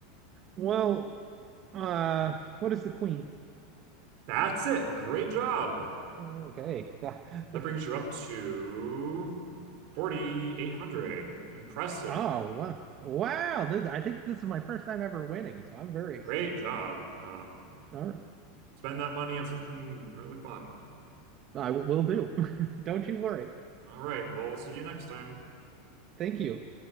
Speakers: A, on the right (about 35°); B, on the right (about 55°).
A: Well, uh, what is the queen?
B: That's it. Great job.
A: Okay. <laughs>
B: That brings you up to 4,800. Impressive.
A: Oh, wow. Wow. This, I think this is my first time ever winning, so I'm very excited.
B: Great job. Um,
A: All right.
B: spend that money on something really fun.
A: I will do. <laughs> Don't you worry.
B: All right. Well, we'll see you next time.
A: Thank you.